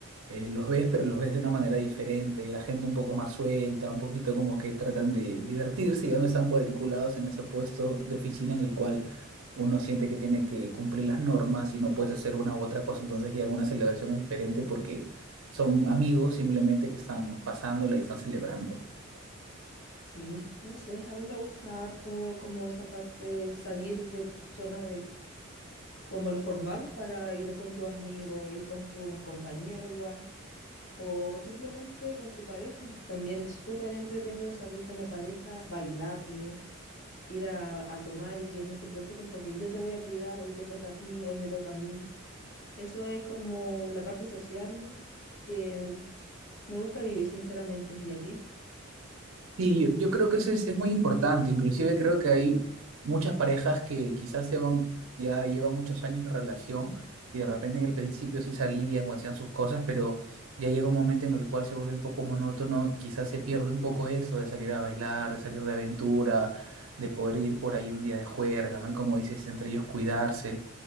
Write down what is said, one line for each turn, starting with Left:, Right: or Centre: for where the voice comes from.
Right: eh, los ves, pero los ves de una manera diferente, la gente un poco más suelta, un poquito como que tratan de divertirse, ya no están cuadriculados en ese puesto de oficina en el cual uno siente que tiene que cumplir las normas y no puedes hacer una u otra cosa, entonces ya una celebración es diferente porque son amigos simplemente que están pasándola y están celebrando.
Left: Sí, no sé, a mí me gusta harto como esa parte, salir de tu zona de como lo formal para ir con tus amigos y con tu compañero igual, o simplemente con tu pareja. También es súper entretenido salir con la pareja, bailarle, ir a, a tomar y que no te preocupes porque yo te voy a cuidar, hoy te toca a ti, hoy me toca a mí. Eso es como la parte social que me gusta vivir, sinceramente. ¿Y a ti?
Right: Sí, yo, yo creo que eso es, es muy importante. Inclusive creo que hay muchas parejas que quizás llevan, ya llevan muchos años de relación y de repente en el principio sí salían o hacían sus cosas, pero ya llega un momento en el cual se vuelve un poco monótono y quizás se pierde un poco eso de salir a bailar, de salir de aventura, de poder ir por ahí un día de juerga, ¿no? Y como dices, entre ellos cuidarse.